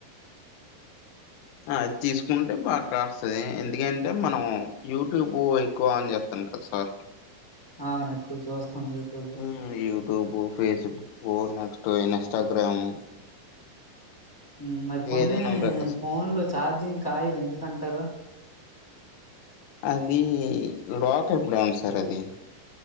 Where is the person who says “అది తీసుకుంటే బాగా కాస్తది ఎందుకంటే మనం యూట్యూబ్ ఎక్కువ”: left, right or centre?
Left